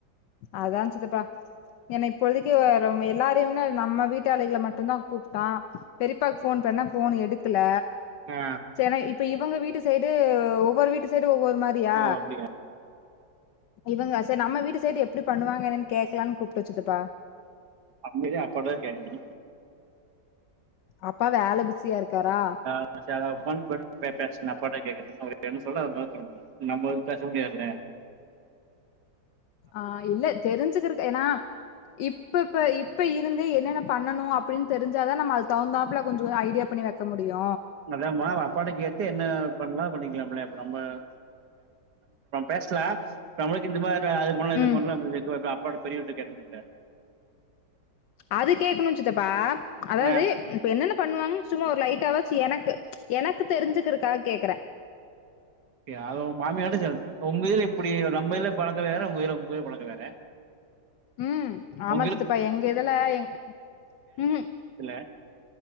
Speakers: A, on the left (about 70°); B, on the right (about 65°).
A: அதா சித்தப்பா ஏன்னா இப்பொழுதைக்கி எல்லாரைமு தா இல்ல நம்ம வீட்டாளுகள மட்டுதா கூப்ட்டா பெரியப்பாக்கு ஃபோன் பண்ணா ஃபோன் எடுக்கல
B: ஆ
A: சேர்னே இப்ப இவங்க வீட்டு சைடு ஒவ்வொரு வீட்டு சைடு ஒவ்வொரு மாறியா
B: ஓ அப்டியா
A: இவங்க சேரி நம்ம வீட்டு சைடு எப்டி பண்ணுவாங்க என்னன்னு கேக்கலானு கூப்ட சித்தப்பா
B: அப்டிதா அப்பட்டதா கேக்கணு
A: அப்பா வேல பிசியா இருக்காரா
B: <unintelligible> நம்ப வந்து பேச முடியாதுல
A: ஆ இல்ல தெரிஞ்கருக்கு ஏன்னா இப்ப இப்ப இப்ப இருந்து என்னென்ன பண்ணணு அப்டின்னு தெரிஞ்சாதா நம்ம அது தகுந்தாப்புல கொஞ்சோ ஐடியா பண்ணி வை க்க முடியு
B: அதாம்மா அப்பாட கேட்டு என்ன பண்ணலா பண்ணிக்கலாம்ல அப நம்ப <inaudible> நம்மளுக்கு இந்த மாறி அது பண்ல இது
A: ம்
B: பண்ல அப்டினு செல்டு அப்பாட்ட பெரியவர்ட கேட்கனும்ல
A: அது கே்கணு சித்த்தப்பா அதாவ்து
B: ஆ
A: இப்ப என்னென்ன பண்ணுவாங்கனு சும்மா ஒரு லைட்டா வாச்சி எனக்கு எனக்கு தெரிஞ்சுக்கறக்காக கேக்கறே
B: யாரு மாமியா சைடு உங்க இதுல இப்டி நம்ம இதுல பழக்க வேற உங்க இதுல உங்க இதுல பழக்க வேற
A: ம் ஆமா
B: <inaudible>
A: சித்தப்பா எங்க இதுல எங் ம்
B: இல்ல